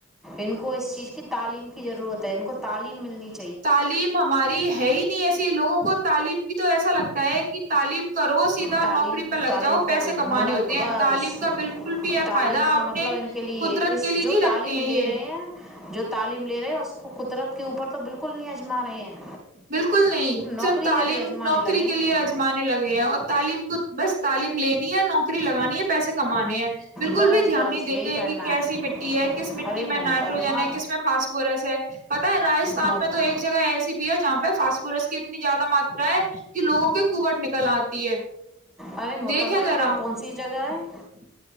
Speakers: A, in the centre; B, on the right.
A: ان کو اس چیز کی تعلیم ضرورت ہے ان کو تعلیم ملنے کی <unintelligible>
B: تعلیم ہماری ہے ہی نہیں ایسی لوگوں کو تعلیم کی تو ایسا لگتا ہے کہ تعلیم <unintelligible> کرو سیدھا
A: تعلیم
B: نوکری پرہ لگ
A: تعلیم
B: جاؤ پیسے
A: کرو
B: کمانے
A: منب
B: ہوتے
A: بس
B: ہیں تعلیم کا بالکل بھی ہے
A: تعلیم
B: فائدہ
A: کا
B: اپنے
A: مطلب ان کے لیے
B: قدرت
A: اس
B: کے لیے
A: جو
B: نہیں
A: تعلیم
B: رکھتے ہیں
A: لے
B: یہ
A: رہے
B: <unintelligible>
A: ہیں جو تعلیم لے رہے ہیں اس کو قدرت کے اوپر تو بالکل نہیں اجما رہے ہیں <unintelligible>
B: بالکل نہیں
A: نوکری
B: صرف تعلیم
A: کے لیے آزمانے
B: نوکری
A: لگے ہیں
B: کے لیے اجمانے لگے ہیں اور تعلیم کو <unintelligible> بس تعلیم لینی ہے نوکری لگانی ہے پیسے کمانے ہیں <unintelligible> بالکل
A: بس
B: بھی دھیان
A: بس
B: نہیں
A: یہی
B: دیتے
A: کرنا
B: ہیں کہ کیسی
A: ہے
B: مٹی ہے کس مٹی
A: ارے
B: میں
A: محترمہ
B: نائٹروجن ہے کس میں فاسفورس ہے پتا ہے راستھان
A: محت
B: میں تو ایک جگہ ایسی <unintelligible> فاس فورس کی اتنی زیادہ ماترا ہے <unintelligible> کہ لوگوں کے کبٹ نکل آتی ہے
A: ارے محترمہ
B: دیکھیں ذرا
A: یہ
B: <unintelligible>
A: کون سی جگہ ہے